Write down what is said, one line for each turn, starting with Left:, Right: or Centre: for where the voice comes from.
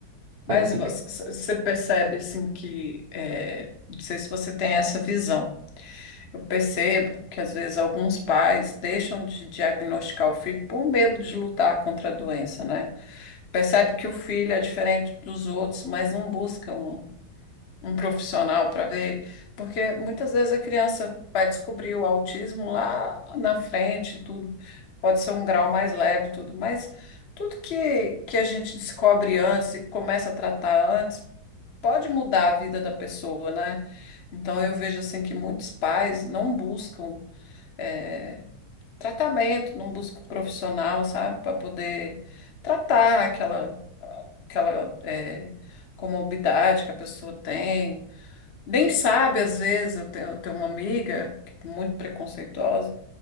Left: Mas
Right: Aí tem
Left: você
Right: que.
Left: você percebe assim que é, não sei se você tem essa visão. Eu percebo que às vezes alguns pais deixam de diagnosticar o filho por medo de lutar contra a doença, né? Percebe que o filho é diferente dos outros, mas não buscam um profissional para ver, porque muitas vezes a criança vai descobrir o autismo lá na frente, tudo pode ser um grau mais leve, tudo, mas tudo que, que a gente descobre antes e começa a tratar antes pode mudar a vida da pessoa, né? Então eu vejo assim que muitos pais não buscam eh, tratamento, não buscam profissional, sabe, para poder tratar aquela aquela eh, comorbidade que a pessoa tem. Nem sabe, às vezes, eu tenho, eu tenho uma amiga que é muito preconceituosa,